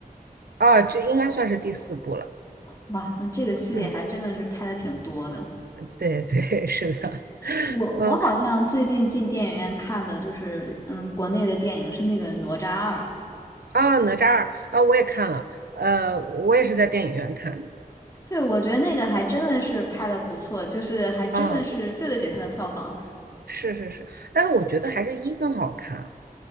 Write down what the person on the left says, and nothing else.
哇，那这个系列还真的是拍的挺多的。
我我好像最近进电影院看的就是，
嗯，国内的电影是那个《哪吒二》，
对，我觉得那个还真的是拍的不错，就是还真的是对得起它的票房。